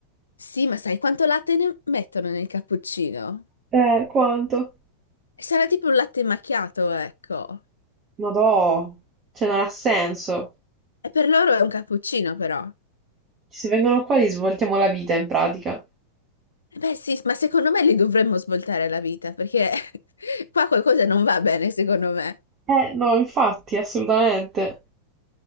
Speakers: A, on the left (about 75°); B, on the right (about 30°).
A: Sì, ma sai quanto latte ne mettono nel cappuccino?
B: Eh, quanto?
A: Sarà tipo un latte macchiato, ecco.
B: Ma no, cioè non ha senso.
A: E per loro è un cappuccino, però.
B: Se vengono qua gli svoltiamo la vita in pratica.
A: Beh sì, ma secondo me li dovremmo svoltare la vita perché <laughs> qua qualcosa non va bene, secondo me.
B: Eh, no, infatti, assolutamente.